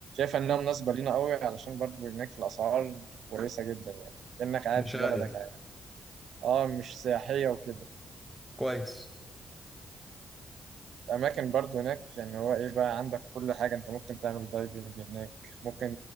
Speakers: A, on the right; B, in the centre.
A: إنها مناسبة لينا قوي علشان برضو هناك الأسعار كويسة جدا يعني كأنك قاعد
B: مش
A: في
B: غالي
A: بلدك عادي آه مش سياحية وكده
B: كويس
A: الأماكن برضو هناك يعني هو إيه بقى عندك كل حاجة أنت ممكن تعمل دايفنج هناك ممكن